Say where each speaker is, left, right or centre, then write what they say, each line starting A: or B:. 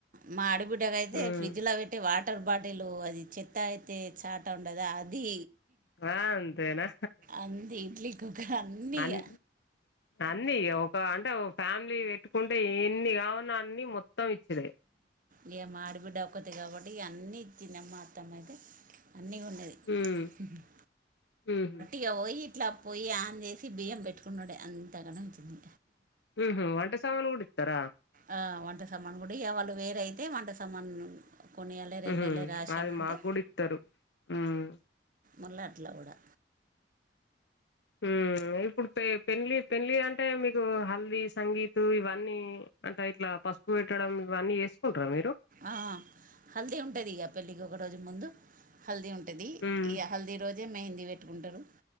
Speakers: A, on the right (about 50°); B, on the left (about 80°).
A: మా ఆడబిడ్డకి అయితే
B: మ్మ్
A: ఫ్రిడ్జ్ లో పెట్టి వాట వాటర్ బాటిల్ అది చెత్త ఏతే చాట ఉండదు అది
B: ఆ అంతేనా
A: అంది ఇడ్లీ కుక్కర్ అన్ని
B: అన్
A: ఇగ
B: అన్ని ఒక అంటే ఒక ఫ్యామిలీ పెట్టుకుంటే ఇన్ని కావున అన్ని మొత్తం ఇచ్చుడే
A: ఈయమ్మ ఆడబిడ్డ ఒక్కది కాబట్టి ఇగా అన్నీ ఇచ్చిందమ్మా అత్తమ్మ అయితే అన్నీ కొన్నది
B: మ్మ్
A: <unintelligible>
B: మ్మ్
A: ఈగ పోయి ఇట్లా పొయ్యి ఆన్ చేసి బియ్యం పెట్టుకున్నుడే అంత గనే వచ్చింది
B: హ్మ్ హు వంట సామాను కూడా ఇస్తారా
A: ఆ వంట సామాను కూడా ఇవాళ్ళ వేరైతే వంట సామాన్లు కొనియల్లా రెండేళ్ళ
B: ఉహు
A: రాశానంటే
B: అది మాకు కూడా ఇత్తరు ఉమ్
A: మళ్ళ అట్లా కూడా
B: ఉమ్ ఇప్పుడు పె పెళ్లి పెళ్లి అంటే మీకు హల్దీ సంగీత్ ఇవన్నీ అంటే ఇట్లా పసుపు పసుపు పెట్టడం ఇవన్నీ చేసుకుంటార మీరు
A: ఆ హల్దీ ఉంటుంది ఇక పెళ్ళికి ఒక రోజు ముందు హల్దీ ఉంటుంది
B: ఉమ్
A: ఇగా హల్దీ రోజే మేహిందీ పెట్టుకుంటారు